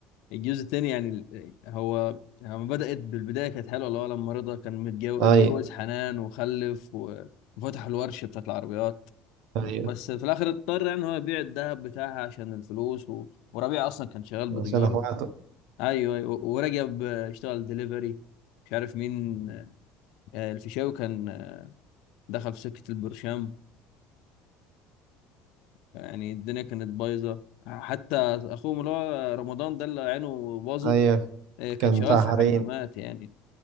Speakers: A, on the left (about 65°); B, on the right (about 65°).
A: الجزء الثاني يعني ال- هو لما بدأت بالبداية كانت حلوة اللي هو لما رضا كان متجوز
B: ايوه
A: اتجوز حنان وخلف و- وفتح الورشة بتاعت العربيات
B: ايوه
A: بس في الآخر اضطر يعني هو يبيع الذهب بتاعها عشان الفلوس و... وربيع أصلا كان شغال بوديجارد
B: عشان اخواته
A: أيوه أيوه ورجب اشتغل دليفري مش عارف مين آه، الفيشاوي كان آه، دخل في سكة البرشام يعني الدنيا كانت بايظة حتى أخوهم اللي هو رمضان ده اللي عينه باظت
B: ايوه
A: آه، كان
B: كان
A: شغال
B: بتاع
A: في حمامات
B: حريم
A: يعني